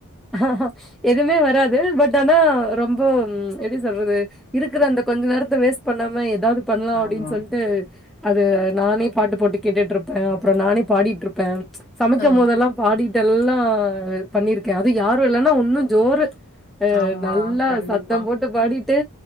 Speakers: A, in the centre; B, on the left.
A: ஆஹ்ஹ எதுவுமே வராது பட் ஆனா ரொம்ப எப்டி சொல்றது இருக்குற அந்த கொஞ்ச நேரத்தை வேஸ்ட் பண்ணாம ஏதாவது பண்ணலாம் அப்டின்னு
B: ஆமா
A: சொல்ட்டு அது நானே பாட்டு போட்டு கேட்டுட்டுருப்பன் அப்றம் நானே பாடிட்டுருப்பன் சமைக்கும்
B: ஆ
A: போதெல்லாம் பாடி எல்லாம் பண்ணிர்க் ஓகே அது யாரும் இல்லனா உன்னு ஜோரு ஆ
B: ஆமா
A: நல்லா
B: கண்டிப்பா
A: சத்தம் போட்டு பாடிட்டு